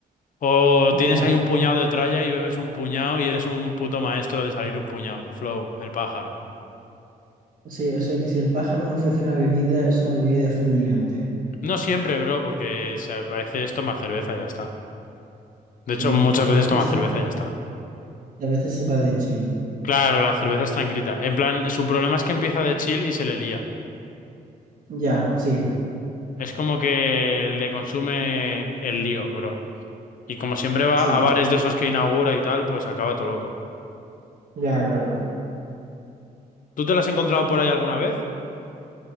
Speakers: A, on the left; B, on the right.
A: O
B: Ya.
A: tienes ahí un puñado de tralla y bebes un puñado y eres un puto maestro de salir un puñado. Flow, el pájaro.
B: Sí, o sea que si el pájaro no ofrece una bebida, es una bebida full liante.
A: No siempre, bro, porque se- a veces toma cerveza y ya está.
B: Sí.
A: De hecho, muchas
B: A
A: veces
B: veces,
A: toma cerveza y ya está.
B: a veces se va de chill.
A: Claro, la cerveza es tranquilita. En plan, su problema es que empieza de chill y se le lía.
B: Ya, sí.
A: Es como que le consume el lío, bro. Y como siempre va
B: Sí,
A: a bares de esos que inaugura y tal, pues acaba todo loco.
B: ya, claro.
A: ¿Tú te lo has encontrado por ahí alguna vez?